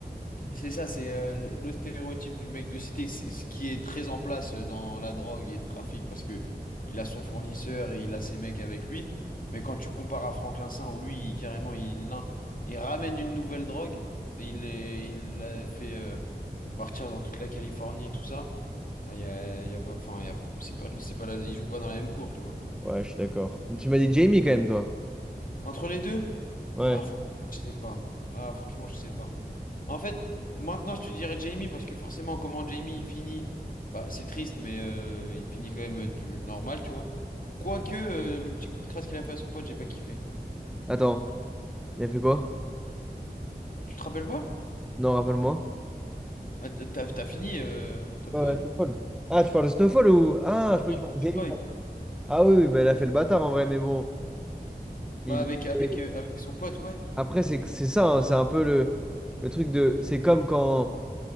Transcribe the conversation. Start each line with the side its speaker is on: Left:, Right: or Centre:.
Left: C'est ça, c'est euh, le le stéréotype du mec de cité, c'est ce qui est très en place euh, dans la drogue et le trafic, parce que il a son fournisseur et il a ses mecs avec lui. Mais quand tu compares à Franklin Saint, où lui, il- carrément, il, l'in- il ramène une nouvelle drogue, et il, est- il la fait euh, partir dans toute la Californie, tout ça. Ah, il y a, il y a pas, enfin, il y a- c'est pas, c'est pas la- il joue pas dans la même cour, tu vois.
Centre: Ouais, je suis d'accord. Tu m'as dit Jamie quand même, toi.
Left: Entre les deux?
Centre: Ouais.
Left: Ah, franchement, je sais pas. Ah, franchement, je sais pas. En fait, maintenant, je te dirais Jamie parce que forcément, comment Jamie il finit, bah, c'est triste, mais euh, il finit quand même euh, tu- normal, tu vois. Quoique, euh, le petit coup de crasse qu'il a fait à son pote, j'ai pas kiffé.
Centre: Attends, il a fait quoi?
Left: Tu te rappelles pas?
Centre: Non, rappelle-moi.
Left: Bah, t- t'as, t'as fini euh, Top
Centre: Ouais,
Left: Boy.
Centre: ouais, Snowfall. Ah, tu parles de Snowfall ou. Ah, je crois
Left: Non,
Centre: que tu parles
Left: Top
Centre: de Jamie.
Left: Boy.
Centre: Ah oui, oui, bah, il a fait le bâtard en vrai, mais bon.
Left: Bah,
Centre: Il...
Left: avec, avec,
Centre: et
Left: euh, avec son pote, ouais.
Centre: Après, c'est c'est ça, hein, c'est un peu le, le truc de. C'est comme quand.